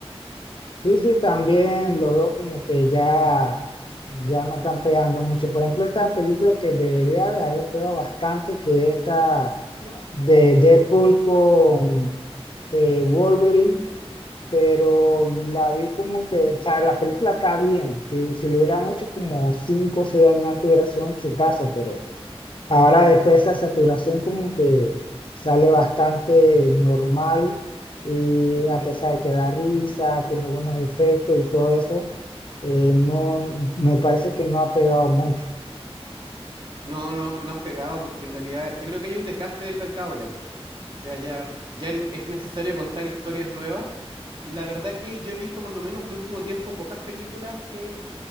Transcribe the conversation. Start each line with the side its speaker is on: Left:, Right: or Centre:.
Left: Sí, sí, también lo veo como que ya, ya no están pegando mucho. Por ejemplo, esta película que debería de haber pegado bastante, que es esta de Deadpool con eh, Wolverine, pero la vi como que, o sea, la película está bien. Si, si lo hubieran hecho como 5, o 6 años antes hubiera sido un exitazo, pero Ahora después esa saturación como que sale bastante normal y a pesar de que da risa, tiene buenos efectos y todo eso, eh, no, me parece que no ha pegado mucho.
Right: No, no, no han pegado porque en realidad yo creo que hay un desgaste del mercado ya, po. O sea, ya, ya n- es necesario contar historias nuevas. Y la verdad que yo he visto por lo menos el último tiempo pocas películas que,